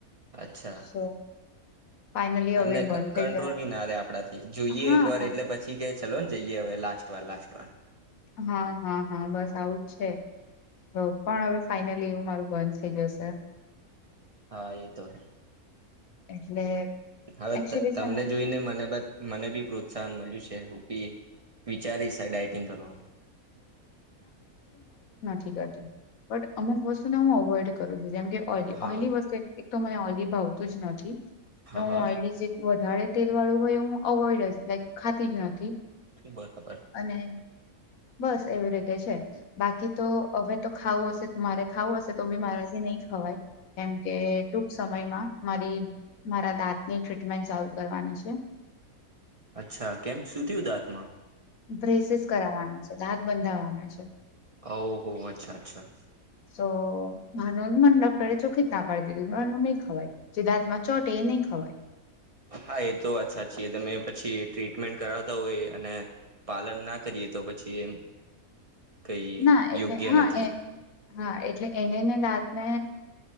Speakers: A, on the right; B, on the left.
A: અચ્છા
B: સો ફાઈનલી
A: અને
B: હવે બંધ થઈ
A: કંટ્રોલ
B: જવાનું
A: બી ના રે આપડાથી જોઈએ
B: હા
A: એક વાર એટલે પછી કે ચાલલો જઈએ હવે લાસ્ટ વાર લાસ્ટ વાર
B: હા હા હા બસ આવું છે. તો પણ હવે ફાઈનલી એવું. મારું બંધ થઇ જશે.
A: હા એ તો હૈ,
B: એટલે
A: હવે
B: એકચુલી
A: તમને
B: છે ને
A: જોઈને મને બ મને બી પ્રોત્સાહન મળ્યું છેી વિચારી સા ડઇટિંગ કરવાનું.
B: બ અમુક વસ્તુને હું અવોઈડ કરું છું, જેમ ઓલી
A: હા
B: ઓયલી વસ્ એક તો મને અલીભાવતું જ નથી.
A: હા
B: હું
A: હા
B: ઓયલી જે વધારે તેલ વાળું હોય હું અવોઈડ જ લાઈક ખાતી જ નથી.
A: બરાબર
B: અને બસ એવી રીતે છે, બાકી તો હવે તો ખાવું હશે. મારે ખાવું હશે તો બી મારાથી નહી વાય કેમ કે ટૂંક સમયમાં મારી મારા દાંતની ટ્રીટમેન્ટ ચાલુ કરવાની છે.
A: અચ્છા કેમ સુું થયું દાંતમાં?
B: બ્રેસીસ કરાવવાના છે, દાંત બંધાવાના છે.
A: ઓ હો, અચ્છા અચ્છા
B: તો માનું મને ડોક્ટરે ચોખ્ખી ના પાી દીધું માનું નહી ખવાય જે દાંતમાં ચોટે એ નહી ખવાય.
A: હા એ તો વાત સાચી તમે પછી ટ્રીટમેન્ટ કરાવતા હોય અને પાલન ના કરીએ તો પછી એમ કઈ
B: ના એટલે
A: યોગ્ય
B: હા
A: નથી.
B: એ હા, એટલે એનેને દાંતને